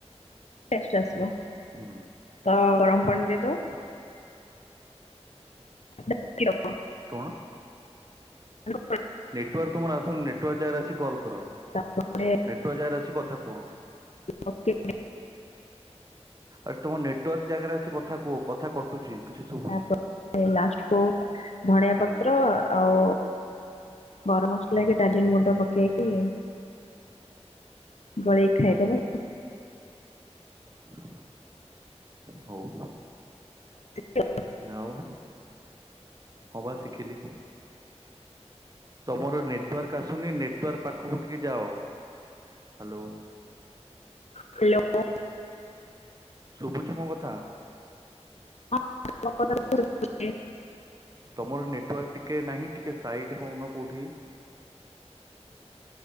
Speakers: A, on the left (about 75°); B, on the right (about 35°).
A: ଟେଷ୍ଟ ଆସିବ
B: ହୁଁ
A: ତ ଗରମ ପାଣି ଦେଇଦ <unintelligible>
B: କଣ?
A: <unintelligible>
B: ନେଟୱାର୍କ ତୁମର ଆସନି ନେଟୱାର୍କ ଜାଗାରେ ଆସି କଲ୍ କର।
A: ତାପରେ
B: ନେଟୱର୍କ ଯାଗାରେ ଆସିି କଥା କୁହ।
A: ଓକେ।
B: ଆ ତମ ନେଟୱାର୍କ ଜାଗାରେ ଆସି କଥା କୁହ କଥା କଟୁଛି କିଛି ଶୁଭୁନି
A: ତାପରେ ଲାଷ୍ଟ କୁ ଧଣିଆ ପତ୍ର
B: ଆରେ
A: ଆଉ ଗରମ ମସଲା କି ଡା <unintelligible> ଗୁଣ୍ଡ ପକେଇକି ବଳେଇକି ଖାଇଦବ।
B: ହ ହୋଉ।
A: <unintelligible>
B: ଆଉ ହବା ଶିଖିଲି। ତୁମର ନେଟୱାର୍କ ଆସୁନି ନେଟୱାର୍କ ପାଖକୁ ଟିକେ ଯାଅ ହ୍ୟାଲୋ।
A: ହ୍ୟାଲୋ।
B: ଶୁଭୁଛି ମୋ କଥା?
A: <unintelligible>
B: ତମର ନେଟୱାର୍କ ଟିକେ ନାହିଁ ଟିକେ ସାଇଟ୍ ହୋଉନ କୋଉଠି?